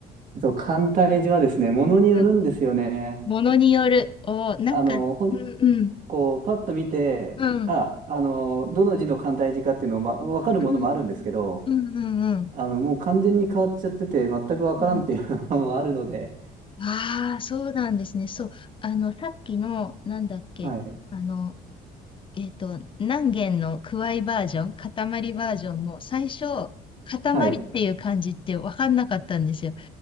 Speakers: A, on the right; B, on the left.
A: えっと、簡体字はですね、ものによるんですよね。
B: うんものによる。おー、なんか、
A: あの、
B: うん
A: ほん、
B: うん、
A: こう、パッと見て、
B: うん、
A: あ、あの、どの字の簡体字かっていうのを、まあ、分かるものもあるんですけど、
B: うん、うん、うん、うん。
A: あの、もう完全に変わっちゃってて、全く分からんっていうのもあるので、
B: うんああ、そうなんですね。そう。あの、さっきの、なんだっけ、
A: はい。
B: あの、えっと、何弦のくわいバージョン、塊バージョンも最初、塊っていう漢字って分かんなかったんですよ。
A: はい